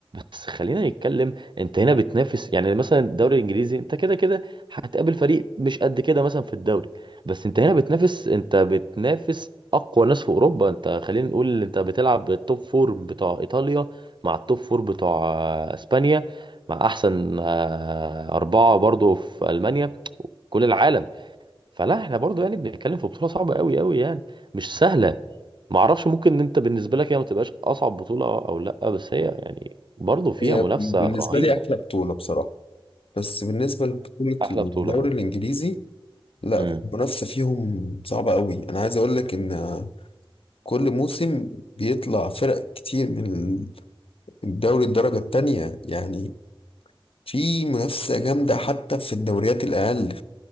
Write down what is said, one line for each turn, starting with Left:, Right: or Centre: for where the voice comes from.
Right: بس خلينا نتكلم أنت هنا بتنافس يعني مثلا الدوري الإنجليزي أنت كده كده هتقابل فريق مش قد كده مثلا في الدوري بس أنت هنا بتنافس أنت بتنافس أقوى ناس في أوروبا أنت خلينا نقول أنت بتلعب التوب فور بتوع إيطاليا مع التوب فور بتوع آه، إسبانيا مع أحسن آه، أربعة برضو في ألمانيا كل العالم فلا احنا برضو يعني بنتكلم في بطولة صعبة قوي قوي يعني مش سهلة ما اعرفش ممكن ان انت بالنسبة لك هي ما تبقاش اصعب بطولة او لا بس هي يعني برضو فيها
Left: هي
Right: منافسة
Left: بالنسبة
Right: رهيبة
Left: لي أحلى بطولة بصراحة بس بالنسبة لبطولة
Right: احلى
Left: الدوري
Right: بطولة اه
Left: الإنجليزي لا
Right: امم
Left: المنافسة فيهم صعبة قوي أنا عايز أقول لك إن كل موسم بيطلع فرق كتير من الدوري الدرجة التانية يعني في منافسة جامدة حتى في الدوريات الأقل